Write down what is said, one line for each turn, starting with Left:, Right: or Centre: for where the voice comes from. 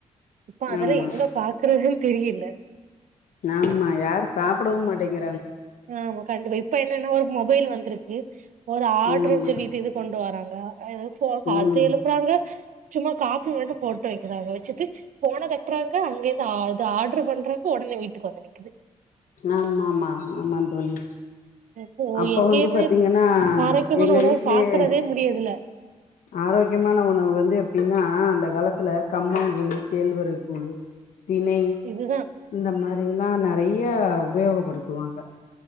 Right: இப்ப அதெலா
Left: ஆமா
Right: எங்க பாக்கறதுன் தெரியில
Left: ஆமா யாரு சாப்படவு மாட்டேங்
Right: ஆமா கண்டிப்பா இப்ப என்னனா ஒரு மொபைல் வந்துருக்கு ஒரு ஆர்டர்னு
Left: ஆமா
Right: சொல்லிட்டு இது கொண்டு வாராங்க ஆ எதோ ஃபோ த்த
Left: ம்
Right: எழுப்புறாங்க சும்மா காஃபி மட்டு போட்டு வக்கிராங்க வச்சுட்டு ஃபோன தட்றாங்க அங்கேர்ந்து அது ஆடர் பண்றா ஒடனே வீட்டுக்கு வந்து நிக்குது
Left: ஆமா ஆமா ஆமா தோழி
Right: இப்போ
Left: அப்ப
Right: எங்கேயுமே
Left: வந்து பாத்திங்கனா
Right: ஆரோக்கியமான
Left: எங்க
Right: உணவு
Left: வீட்லயே
Right: பாக்குறதே முடியதுல
Left: ஆரோக்யமான உணவு வந்து எப்டினா அந்த காலத்துல கம்மங் கூழு கேழ்வரகு கூழு தினை
Right: இதுதா
Left: இந்த மாரில்லா நறை ய உபயோகப்படுத்துவாங்க